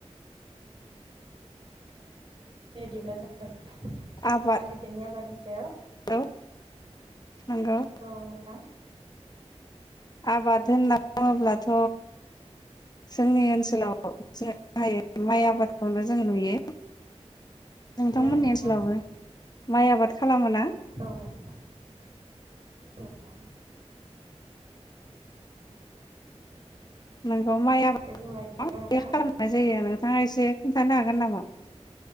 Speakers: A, on the right; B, on the left.
A: बेबायदिब्ला ज <unintelligible>
B: आबाद
A: आबादनि सायाव
B: औ नंगौ
A: औ नोंथां
B: आबाद होनना बुङोब्लाथ जोंनि ओनसोलाव जोङ बाहायो माइ आबादखौनो जों नुयो नोंथांमोननि
A: औ नोंथां
B: ओनसोलावबो माइ आबाद खालामो ना
A: औ नोंथां नोंथां
B: नों बे माइ आबाद
A: दे बुंलाय बिदिबा नोंथां
B: खालामनाय जायो नोंथाङा एसे खोन्थानो हागोन नामा